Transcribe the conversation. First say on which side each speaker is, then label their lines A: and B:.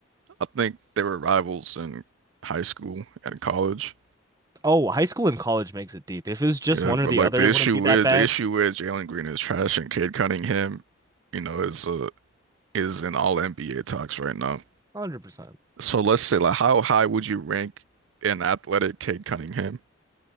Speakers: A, on the right (about 80°); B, on the right (about 20°).
A: I think they were rivals in high school and college.
B: Oh, high school and college makes it deep. If it was just
A: Yeah,
B: one
A: but
B: or the
A: like
B: other,
A: the
B: it
A: issue
B: wouldn't be
A: with
B: that bad.
A: the issue with Jalen Green is trash and Cade Cunningham, you know, is uh is in all NBA talks right now.
B: 100%.
A: So let's say like how high would you rank an athletic Cade Cunningham?